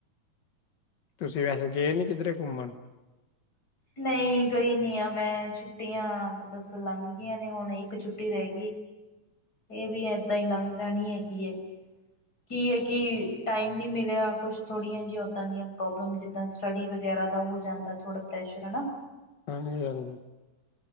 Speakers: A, on the left; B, on the left.
A: ਤੁਸੀਂ ਵੈਸੇ ਗਏ ਨੀ ਕਿੱਧਰੇ ਘੁੰਮਣ?
B: ਨਹੀਂ ਗਈ ਨੀ ਆ ਮੈਂ ਛੁੱਟੀਆਂ ਤਾਂ ਬਸ ਲੰਘ ਗਈਆਂ ਨੇ ਹੁਣ ਇੱਕ ਛੁੱਟੀ ਐ। ਇਹ ਵੀ ਏਦਾਂ ਈ ਲੰਘ ਜਾਣੀ ਹੈਗੀ ਏ। ਕੀ ਐ ਕਿ ਟਾਈਮ ਨੀ ਮਿਲਿਆ ਕੁਛ ਥੋੜੀਆਂ ਜੀਆ ਉੱਦਾਂ ਦੀਆਂ ਪ੍ਰੋਬਲਮ ਜਿੱਦਾਂ ਸਟੱਡੀ ਵਗੈਰਾ ਦਾ ਹੋ ਜਾਂਦਾ ਆ ਥੋੜਾ ਪ੍ਰੈਸ਼ਰ ਹਨਾ।
A: ਹਾਂਜੀ-ਹਾਂਜੀ